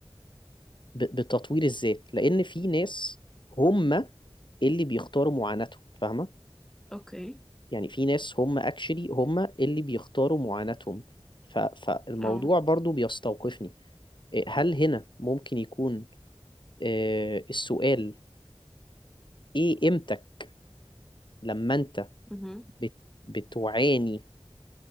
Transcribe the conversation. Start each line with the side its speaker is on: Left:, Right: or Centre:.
Left: ب... بتطوير الذات لان في ناس هم اللي بيختاروا معاناتهم فاهمة
Centre: أوكي
Left: يعني في ناس هم اكشلي هم اللي بيختاروا معاناتهم ف... فالموضوع
Centre: أه
Left: برضو بيستوقفني إيه، هل هنا ممكن يكون آه، السؤال ايه قيمتك لما انت
Centre: مهم.
Left: بت بتعاني